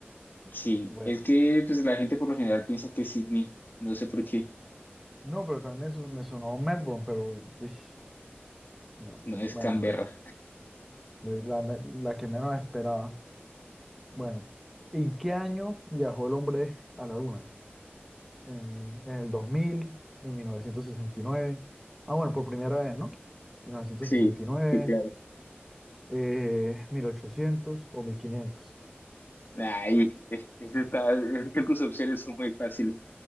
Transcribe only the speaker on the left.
Sí,
es que pues la gente por lo general piensa que es Sydney, no sé por qué,
no es
Canberra.
Sí,
sí, claro.
Ahí, eh, ese está- es que tus opciones son muy fáciles.